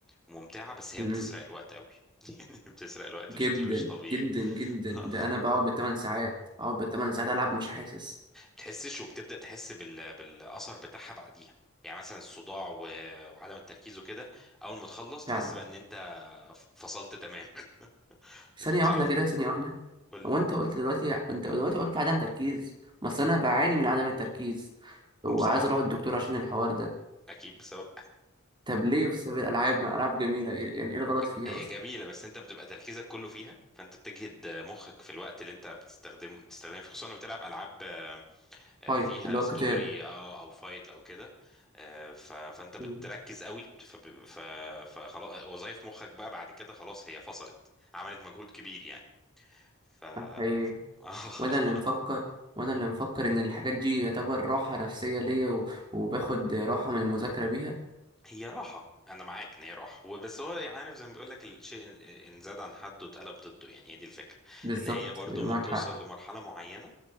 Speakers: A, in the centre; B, on the right (about 20°).
A: ممتعه بس هي
B: مم.
A: بتسرق الوقت قوي <laughs> يعني بتسرق الوقت
B: جدا
A: بشكل مش طبيعي
B: جدا جدا
A: <laughs>
B: ده أنا بقعد بالثمان ساعات بقعد بالثمان ساعات ألعب مش حاسس
A: بتحسش وبتبدأ تحس بال... بالأثر بتاعها بعديها يعني مثلا الصداع و... وعدم التركيز وكده أول ما تخلص تحس
B: فعلا
A: بقى إن أنت فصلت تماما <laughs>
B: ثانية
A: خصوصا
B: واحدة
A: لو
B: كده ثانية واحدة
A: قول لي
B: هو انت قلت دلوقتي انت دلوقتي قلت عدم تركيز بس انا بعاني من عدم التركيز وعايز
A: بسببها
B: اروح الدكتور عشان الحوار ده
A: أكيد بسبب
B: طب ليه بسبب الالعاب ما العاب جميلة إيه- يعني ايه الغلط
A: ج-
B: فيها
A: هي
B: اصلا
A: جميلة بس انت بتبقى تركيزك كله فيها فانت بتجهد مخك في الوقت اللي انت بتستخدم بتستخدمه فيه خصوصا لما بتلعب العاب آه، آه،
B: فايت
A: فيها
B: اللي هو
A: ستوري
B: قتال
A: اه او فايت او كده آه، ف- فانت بتركز
B: مم.
A: قوي بت- فب- ف- فخلاص وظايف مخك بقى بعد كده خلاص هي فصلت عملت مجهود كبير يعني ف
B: أنا حقيقي
A: ف- <laughs>
B: وانا اللي مفكر وانا اللي مفكر ان الحاجات دي يعتبر راحة نفسية ليا و... وباخد راحة من المذاكرة بيها
A: هي راحة أنا معاك إن هي راحة وبس هو عارف زي ما بيقول لك الشيء إن إن زاد عن حده اتقلب ضده يعني هي دي الفكرة
B: بالظبط
A: إن هي برضو
B: يبقى
A: لما
B: معاك
A: بتوصل
B: حق
A: لمرحلة معينة